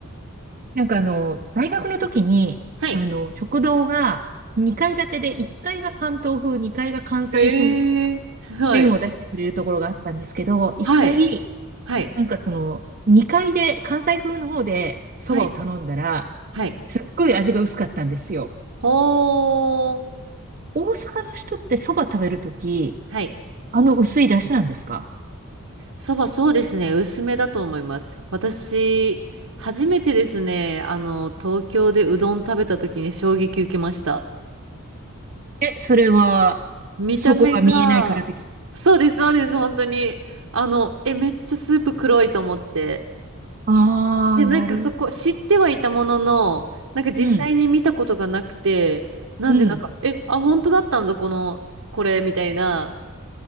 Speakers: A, on the right; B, on the right.
A: なんかあの、大学の時に、
B: はい。
A: あの、食堂が2階建てで1階が関東風、2階が関西風の
B: ええはい。
A: 麺を出してくれるところがあったんですけど、1階、
B: はい。はい。
A: なんかその、2階で、関西風の方で蕎麦を頼んだら、
B: はい。はい。
A: すっごい味が薄かったんですよ。
B: ほー。
A: 大阪の人って蕎麦食べるとき、
B: はい。
A: あの薄い出汁なんですか
B: そば、そうですね。薄めだと思います。私、初めてですね、あの、東京でうどん食べた時に衝撃受けました。
A: え、それは、
B: 見た目が、
A: そこが見えないから的な。
B: そうです、そうです、本当に。あの、え、めっちゃスープ黒いと思って。
A: ああ、
B: で、なんかそこ、
A: なるほど。
B: 知ってはいたものの、なんか実際に見たことがなくて、
A: うん、
B: なんでなんか、
A: うん。
B: え、あ、本当だったんだ、この、これ、みたいな、